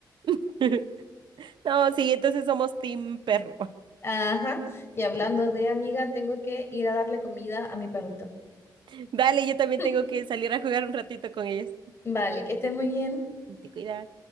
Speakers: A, on the right (about 80°); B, on the left (about 30°).
A: <laughs> No, sí, entonces somos team perro.
B: Ajá. Y hablando de amiga, tengo que ir a darle comida a mi perrito.
A: <laughs> Dale, yo también
B: <laughs>
A: tengo que salir a jugar un ratito con ellos.
B: Vale, que estés muy bien.
A: Te cuidas.